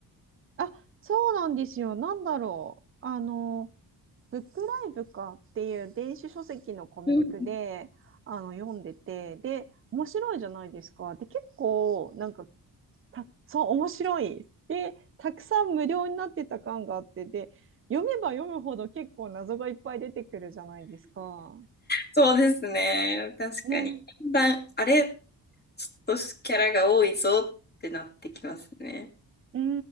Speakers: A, on the right; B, on the left.
A: あ、そうなんですよ。なんだろう。あの、ブックライブかっていう電子書籍のコミックで、
B: うん
A: あの、読んでて、で、面白いじゃないですか。で、結構、なんか、た、そう、面白い。で、たくさん無料になってた感があって、で、読めば読むほど結構謎がいっぱい出てくるじゃないですか。
B: そうですね。確かに。
A: ね。
B: だんだん、あれ、ちょっとキャラが多いぞってなってきますね。
A: うー